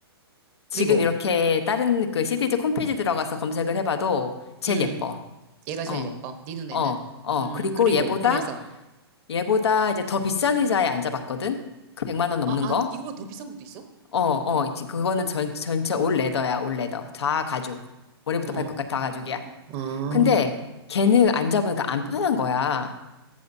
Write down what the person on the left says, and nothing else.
지금
이렇게 다른 그 CDG 홈페이지 들어가서 검색을 해봐도 제일
예뻐.
어,
어, 어.
그리고
얘보다,
얘보다 이제 더 비싼 의자에 앉아봤거든? 그 100만 원 넘는
거?
어, 어, 있지. 그거는 전, 전체 올 레더야, 올 레더. 다 가죽.
머리부터
발끝까지 다 가죽이야.
근데 걔는 앉아보니까 안 편한 거야.